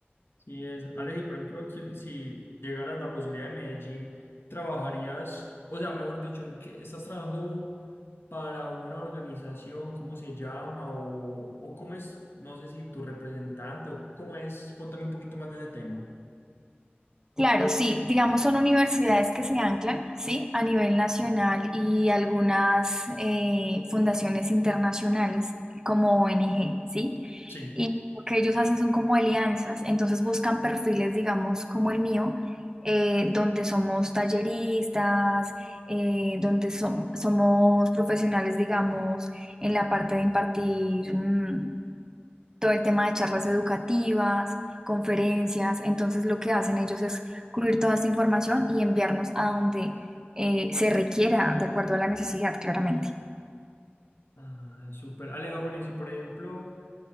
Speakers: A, on the left; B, on the right.
A: Sí es, Ale, por ejemplo, aquí, si llegaras la posibilidad de Medellín, ¿trabajarías, o sea, mejor dicho, en qué estás trabajando para una organización, cómo se llama, o, o cómo es, no sé si tu representante, o cómo es, cuéntame un poquito más de ese tema.
B: Claro, sí, digamos son universidades que se anclan, sí, a nivel nacional y algunas eh, fundaciones internacionales como ONG, sí.
A: Sí.
B: Y lo que ellos hacen son como alianzas, entonces buscan perfiles, digamos, como el mío, eh, donde somos talleristas, eh, donde som- somos profesionales, digamos, en la parte de impartir. mm, todo el tema de charlas educativas, conferencias. Entonces lo que hacen ellos es cubrir toda esta información y enviarnos a donde eh, se requiera, de acuerdo a la necesidad, claramente.
A: Ah, súper. Ale, ah, bueno, y si por ejemplo